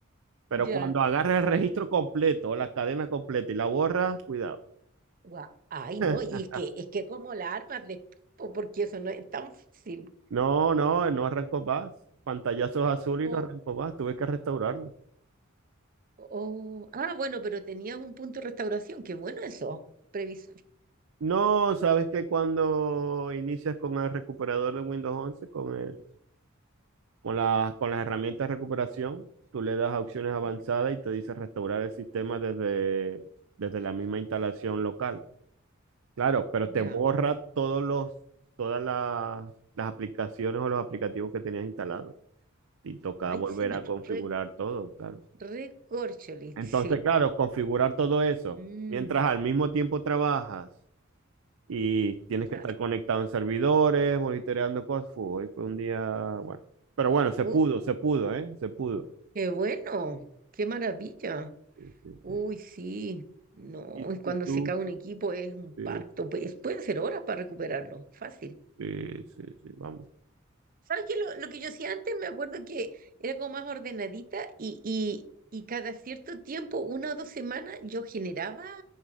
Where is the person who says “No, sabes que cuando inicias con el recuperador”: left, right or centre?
Right